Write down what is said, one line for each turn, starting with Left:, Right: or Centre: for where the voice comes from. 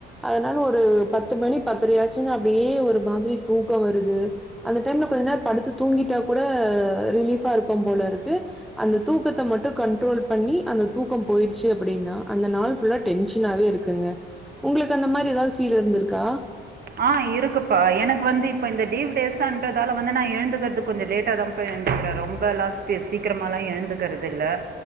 Centre: அதுனால ஒரு பத்து மணி பத்துரையாச்சுன்னா அப்டியே ஒரு மாதிரி தூக்கொ வருது அந்த டைம்ல கொஞ்ச நேர படுத்து தூங்கிட்டா கூட ரிலீஃபா இருக்கும் போலருக்கு அந்த தூக்கத்த மட்டு கண்ட்ரோல் பண்ணி அந்த தூக்கம் போயிருச்சு அப்புடின்னா அந்த நாள் ஃபுல்லா டென்ஷனாவே இருக்குங்க உங்களுக்கு அந்த மாரி எதாவ்து ஃபீல் இருந்துருக்கா?
Right: ஆ இருக்குப்பா எனக்கு வந்து இப்போ இந்த டீவ் டேஸான்றதால வந்து நா எழுந்துக்கற்து கொஞ்ச லேட்டா தாம் பா எழுந்துக்கிற ரொம்பல்லா சீக்கிரமால்லா எழுந்துக்கிறது இல்ல